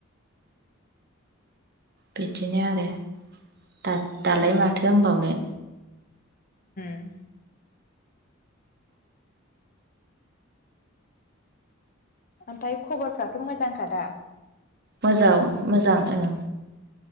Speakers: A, on the right; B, on the left.
A: बिदिनो आरो दा दालाय
B: ओं
A: माथो होनबावनो
B: उम ओमफाय खबरफ्राथ' मोजांखादा
A: मोजां मोजां ओं